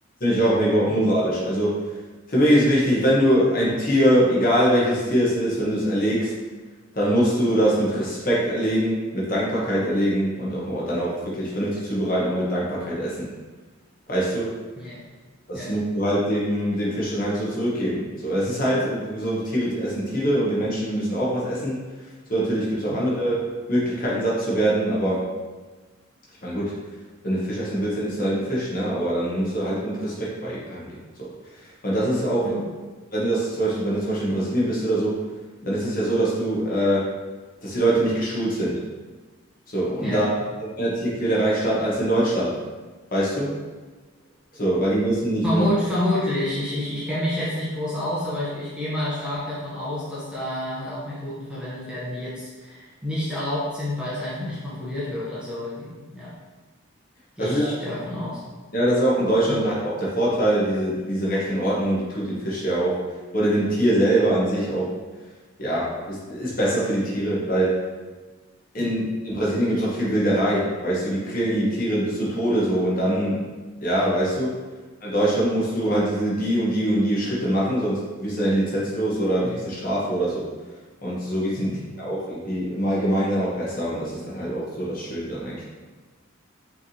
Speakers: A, on the left (about 40°); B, in the centre.
A: ich auch mega unmoralisch.
B: Ja,
A: Also für mich ist wichtig, wenn du ein Tier, egal welches Tier es ist, wenn du es erlegst, dann musst du das mit Respekt erlegen, mit Dankbarkeit erlegen und auch dann auch wirklich vernünftig zubereiten und mit Dankbarkeit essen. Weißt du?
B: ja,
A: Das
B: ja.
A: musst du halt dem, dem Fisch dann halt so zurückgeben. So, es ist halt äh, so, Tiere essen Tiere und wir Menschen müssen auch was essen. So, natürlich gibt es auch
B: Hm.
A: andere Möglichkeiten, satt zu werden, aber ich meine, gut, wenn du Fisch essen willst, dann isst du halt einen Fisch, ne? Aber dann musst du halt mit Respekt bei rangehen. So. Und das ist auch,
B: Ja.
A: wenn du das zum Beispiel, wenn du zum Beispiel in Brasilien bist oder so, dann ist es ja so, dass du, äh, dass die Leute nicht geschult sind. So, und
B: Ja.
A: da findet mehr Tierquälerei statt als in Deutschland. Weißt du? So, weil die wissen nicht
B: Vermut,
A: immer.
B: vermutlich. Ich, ich, ich kenne mich jetzt nicht groß aus, aber ich, ich gehe mal stark davon aus, dass da auch Methoden verwendet werden, die jetzt nicht erlaubt sind, weil es einfach nicht kontrolliert wird. Also ja, gehe
A: Das
B: ich
A: ist
B: davon aus.
A: Ja, das ist ja auch in Deutschland
B: Hm.
A: halt auch der Vorteil, diese, diese Recht und Ordnung, die tut dem Fisch ja auch oder dem Tier selber an sich auch, ja, ist, ist besser für die Tiere, weil in,
B: Hm.
A: in Brasilien gibt es auch viel Wilderei, weißt du, die quälen die Tiere bis zu Tode so und dann, ja, weißt du, in Deutschland musst du halt diese, die und die und die Schritte machen, sonst wirst du deine Lizenz los oder kriegst eine Strafe oder so. Und so geht es
B: Hm.
A: den Tieren ja auch irgendwie im Allgemeinen dann auch besser und das ist dann halt auch so das Schöne dann eigentlich.